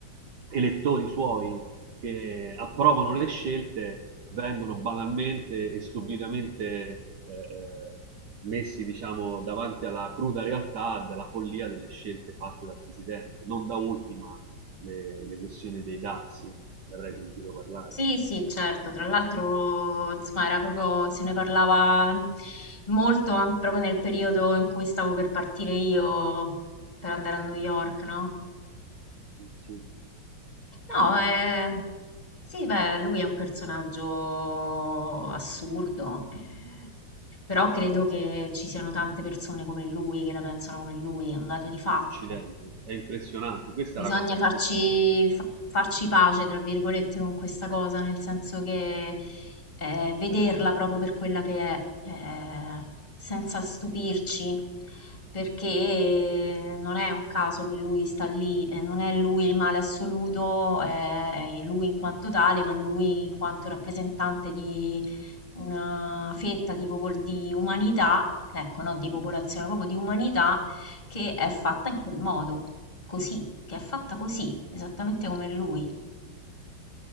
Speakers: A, on the right; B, on the left.
A: elettori suoi che approvano le scelte vengono banalmente e stupidamente eh, eh, messi diciamo davanti alla cruda realtà della follia delle scelte fatte dal presidente non da ultima le, le questioni dei dazi ne avrei sentito parlare
B: Sì, sì, certo. Tra l'altro, insomma, era proprio, se ne parlava molto anche proprio nel periodo in cui stavo per partire io per andare a New York, no?
A: ah, sì.
B: No, eh, sì, beh, lui è un personaggio assurdo, eh, però credo che ci siano tante persone come lui che la pensano come lui, è un dato di fatto.
A: Occidente. È impressionante, questa
B: Bisogna
A: è la cosa che
B: farci,
A: più mi
B: fa- farci pace, tra virgolette, con questa cosa, nel senso che eh, vederla proprio per quella che è, eh, senza stupirci, perché non è un caso che lui sta lì, eh, non è lui il male assoluto, eh, lui in quanto tale, ma lui in quanto rappresentante di una fetta di, popol- di umanità, ecco, no, di popolazione, proprio di umanità che è fatta in quel modo così, che è fatta così, esattamente come lui.